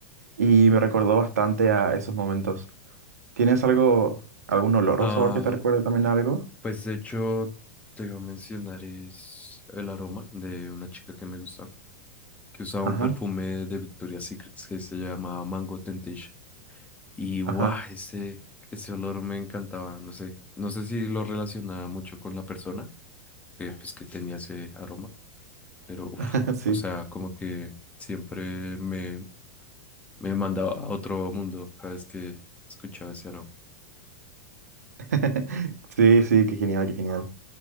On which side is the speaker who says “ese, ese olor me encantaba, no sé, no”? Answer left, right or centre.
Left